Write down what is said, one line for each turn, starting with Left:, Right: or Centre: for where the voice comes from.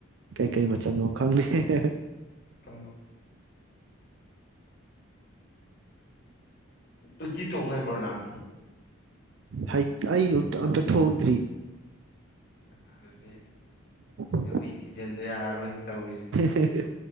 Right: ꯀꯩ ꯀꯩ ꯃꯆꯜꯅꯣ ꯈꯪꯗꯦ ꯍꯦ-ꯍꯦ
Left: ꯑ ꯎꯇꯤ ꯇꯣꯡ ꯍꯩꯕ꯭ꯔꯣꯅꯪ
Right: ꯍꯩ ꯑꯩ ꯑꯝꯇ ꯊꯣꯡꯗ꯭ꯔꯤ
Left: ꯑꯗꯨꯗꯤ
Right: ꯍꯦ
Left: ꯅꯨꯄꯤ ꯊꯤꯖꯤꯟꯗ ꯌꯥꯔꯔꯣꯏꯅ ꯇꯧꯔꯤꯁꯦ
Right: ꯍꯦ ꯍꯦ